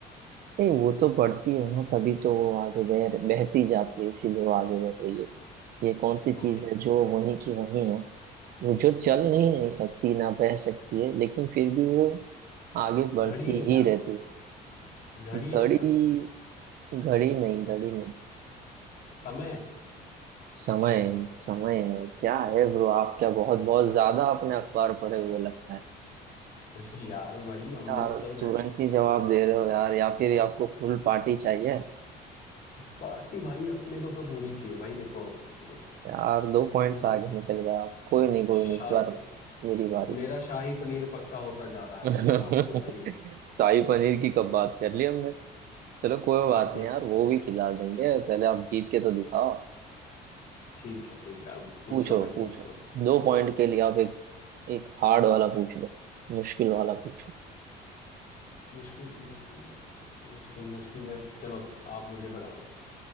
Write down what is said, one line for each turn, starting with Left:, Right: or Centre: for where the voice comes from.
Right: नहीं वो तो बढ़ती है ना तभी तो वो आगे बह बहती जाती है इसीलिए वो आगे बढ़ रही है ये कौन सी
Left: ओके
Right: चीज़ है जो वहीं की वहीं है वो जो चल नहीं नहीं सकती ना बह सकती है लेकिन फिर भी वो आगे
Left: घड़ी
Right: बढ़ती
Left: है क्या
Right: ही रहती
Left: घड़ी
Right: घड़ी
Left: है क्या
Right: घड़ी नहीं घड़ी नहीं
Left: समय <laughs> है?
Right: समय है, समय है क्या है ब्रो आप क्या बहुत बहुत ज्यादा अपने अखबार पढ़े हुए लगता है
Left: जी यार भाई हमने
Right: यार
Left: तो रे-
Right: तुरंत ही जवाब दे रहे हो यार या फिर आपको फुल पार्टी चाहिए
Left: पार्टी भाई अपने को तो पूरी चाहिए भाई देखो मतलब
Right: यार दो पॉइंट्स
Left: पूरा
Right: आगे निकल गए आप कोई नहीं कोई
Left: शाही
Right: नहीं इस बार मेरी बारी
Left: मेरा शाही पनीर पक्का होता जा रहा
Right: <laughs>
Left: है शाम को भाई
Right: शाही पनीर की कब बात कर ली हमने चलो कोई
Left: अब
Right: बात
Left: देख
Right: नहीं यार वो भी खिला देंगे पहले आप जीत के तो दिखाओ
Left: ठीक है ठीक है अब पूछो
Right: पूछो
Left: भाई
Right: पूछो
Left: पूछो
Right: दो पॉइंट के लिए आप एक एक हार्ड वाला पूछ लो मुश्किल वाला पूछ लो
Left: मुश्किल मुश्किल मुश्किल मुश्किल मुश्किल मुश्किल में चलो आप मुझे बताओ